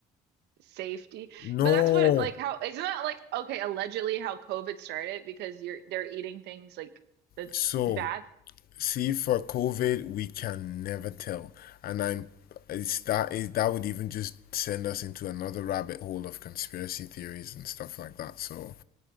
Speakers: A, on the right; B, on the left.
A: safety.
B: No.
A: But that's what like how isn't that like okay, allegedly how COVID started because you're they're eating things like the
B: So
A: bad.
B: see for COVID, we can never tell, and I'm it's that it, that would even just send us into another rabbit hole of conspiracy theories and stuff like that. So